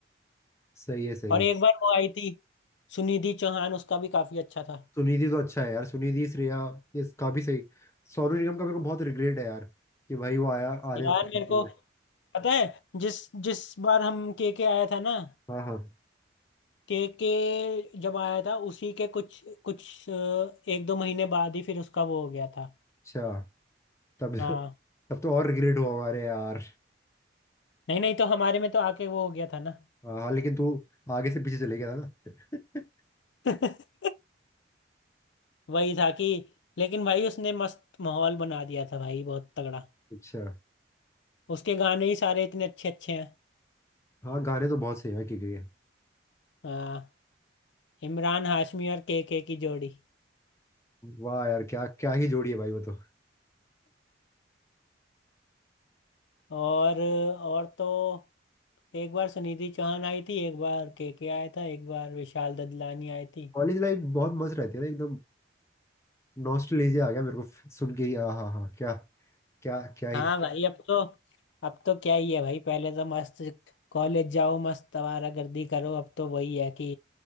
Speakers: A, on the left; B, on the left.
A: सही है सही
B: और
A: है
B: एक बार वो आई थी सुनिधि चौहान उसका भी काफी अच्छा था
A: सुनिधि तो अच्छा है यार सुनिधि श्रेया इसका भी सही सोनू निगम का मेरे को बहुत रिग्रेट है यार कि भाई वो आया आने
B: यार
A: वाला
B: मेरे को
A: था।
B: पता है जिस जिस बार हम के के आया था ना
A: हाँ हाँ
B: के के जब आया था उसी के कुछ कुछ अ, एक दो महीने बाद ही फिर उसका वो हो गया था
A: अच्छा तब
B: हाँ
A: तब तो और रिग्रेट हुआ हमारे यार
B: नहीं नहीं तो हमारे में तो आके वो हो गया था ना
A: हाँ हाँ, लेकिन तू आगे से पीछे चले गया था ना <laughs>
B: <laughs> वही था कि लेकिन भाई उसने मस्त माहौल बना दिया था भाई बहुत तगड़ा
A: अच्छा
B: उसके गाने ही सारे इतने अच्छे अच्छे हैं
A: हाँ गाने तो बहुत सही है के के
B: हाँ इमरान हाशमी और के के की जोड़ी
A: वाह यार क्या क्या ही जोड़ी है भाई वो तो
B: और और तो एक बार सुनिधि चौहान आई थी एक बार के के आया था एक बार विशाल ददलानी आई थी
A: कॉलेज लाइफ बहुत मस्त रहती है ना एकदम नॉस्टैल्जिया आ गया मेरे को सुन के ही हाँ हाँ हाँ क्या क्या क्या ही
B: हाँ भाई अब तो अब तो क्या ही है भाई पहले तो मस्त कॉलेज जाओ मस्त आवारा गर्दी करो अब तो वही है कि